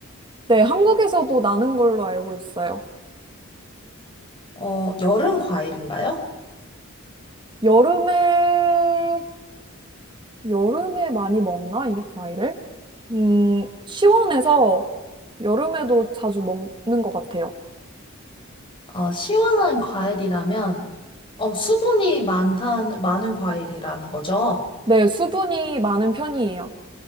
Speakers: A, on the right; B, on the left.
A: 네, 한국에서도 나는 걸로 알고 있어요.
B: 어, 여름 과일인가요?
A: 여름에, 여름에 많이 먹나, 이 과일을? 음, 시원해서 여름에도 자주 먹는 것 같아요.
B: 어, 시원한 과일이라면, 어, 수분이 많다, 많은 과일이라는 거죠.
A: 네, 수분이 많은 편이에요.